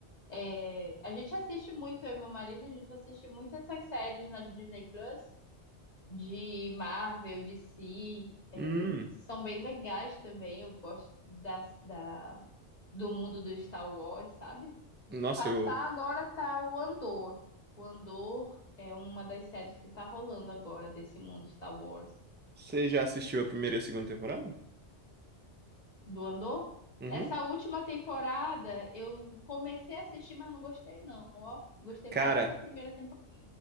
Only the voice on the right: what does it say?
Hum,
nossa,
eu
você já assistiu a primeira e a segunda temporada?
Uhum.
Cara,